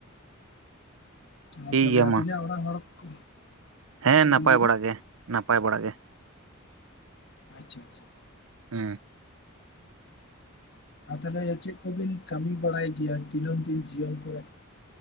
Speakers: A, on the left; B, on the right.
A: ᱟᱨ
B: ᱴᱷᱤᱠ
A: ᱛᱟᱦᱚᱞᱮ
B: ᱜᱮᱭᱟ
A: ᱟᱵᱤᱱᱟᱜ
B: ᱢᱟ
A: ᱚᱲᱟᱜ ᱦᱚᱲ ᱠᱚ
B: ᱦᱮᱸ
A: ᱪᱮᱫ
B: ᱱᱟᱯᱟᱭ
A: ᱵᱤᱱ ᱞᱟᱹᱭ ᱮᱫᱟ
B: ᱵᱟᱲᱟ ᱜᱮ ᱱᱟᱯᱟᱭ ᱵᱟᱲᱟ ᱜᱮ ᱾
A: ᱟᱪᱪᱷᱟ ᱟᱪᱪᱷᱟ
B: ᱦᱩᱸ
A: ᱟᱨ ᱛᱟᱦᱚᱞᱮ ᱪᱮᱫ ᱠᱚᱵᱤᱱ ᱠᱟᱹᱢᱤ ᱵᱟᱲᱟᱭ ᱜᱮᱭᱟ ᱫᱤᱱᱟᱹᱢ ᱫᱤᱱ ᱡᱤᱭᱚᱱ ᱠᱚᱨᱮ?